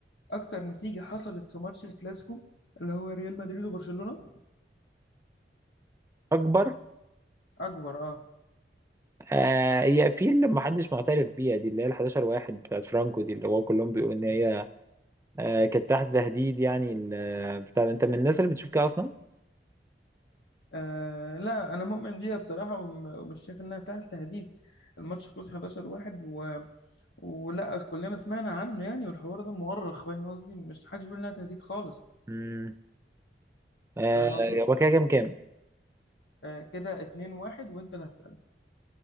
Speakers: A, on the left (about 85°); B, on the right (about 15°).
A: اكتر نتيجة حصلت في ماتش الكلاسيكو اللي هو ريال مدريد وبرشلونة
B: اكبر
A: اكبر اه
B: آه هي في اللي محدش معترف بيها دي اللي هي ال 11 واحد بتاعت فرانكو دي اللي هو كلهم بيقولوا ان هي آه كانت تحت تهديد يعني ال- آه، بتاع انت من الناس اللي بتشوف كده اصلا؟
A: آه، لا انا مؤمن بيها بصراحة وم- ومش شايف انها تحت تهديد الماتش خلص 11 واحد و... ولا كلنا سمعنا عنه يعني والحوار ده مؤرخ فاهم قصدي مش حدش بيقول انها تهديد خالص
B: امم آه
A: فاهم قصدي
B: هو كده كام كام؟
A: آه، كده 2 1 وانت اللي هتسأل